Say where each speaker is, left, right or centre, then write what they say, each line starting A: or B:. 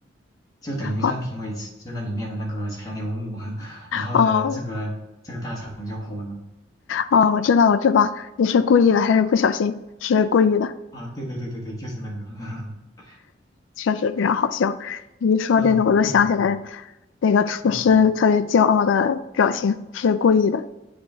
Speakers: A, on the left; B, on the left.
A: 就等于让评委吃了里面的那个残留物，
B: 哦
A: <laughs> 然后呢，
B: 哦，
A: 这个肠就火了。
B: 哦，我知道，我知道，你是故意的还是不小心？是故意的，
A: 啊，对对对对对，就是那个，<laughs>
B: 确实非常好笑。你一说这个，
A: 嗯，
B: 我就想起来
A: 对对对，
B: 那个厨师特别骄傲的表情，
A: 嗯，
B: 是故意的。